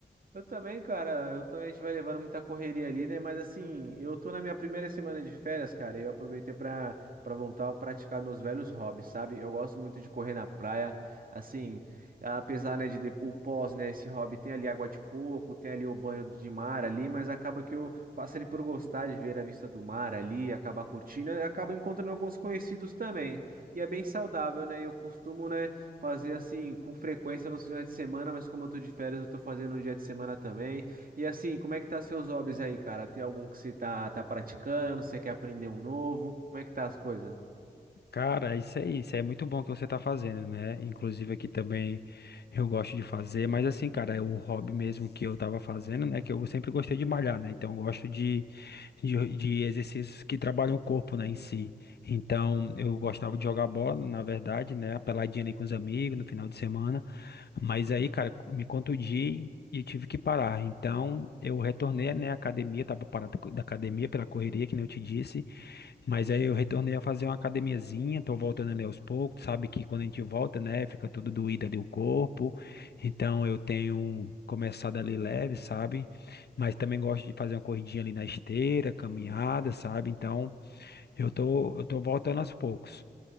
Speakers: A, on the right; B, on the left.
A: Eu também, cara. Eu tô, a gente vai levando muita correria ali, né? Mas assim, eu tô na minha primeira semana de férias, cara. E eu aproveitei pra, pra voltar a praticar meus velhos hobbies, sabe? Eu gosto muito de correr na praia. Assim, apesar, né, de de- o pós, né? Esse hobby tem ali água de coco, tem ali o banho de mar ali, mas acaba que eu faço ali por gostar de ver a vista do mar ali, acabar curtindo e acaba encontrando alguns conhecidos também. E é bem saudável, né? Eu costumo, né? fazer assim com frequência nos finais de semana, mas como eu tô de férias, eu tô fazendo no dia de semana também. E assim, como é que tá seus hobbies aí, cara? Tem algum que você tá, tá praticando? Você quer aprender um novo? Como é que tá as coisas?
B: Cara, isso é isso, é muito bom que você tá fazendo, né? Inclusive aqui também eu gosto de fazer, mas assim, cara, é o hobby mesmo que eu tava fazendo, né? Que eu sempre gostei de malhar, né? Então eu gosto de, de, de exercícios que trabalham o corpo, né, em si. Então eu gostava de jogar bola, na verdade, né? A peladinha ali com os amigos no final de semana. Mas aí, cara, me contundi e eu tive que parar. Então eu retornei, né, à academia, tava parado da academia pela correria, que nem eu te disse. Mas aí eu retornei a fazer uma academiazinha, tô voltando ali aos poucos, sabe que quando a gente volta, né, fica tudo doído ali o corpo, então eu tenho começado ali leve, sabe, mas também gosto de fazer uma corridinha ali na esteira, caminhada, sabe, então eu tô, eu tô voltando aos poucos.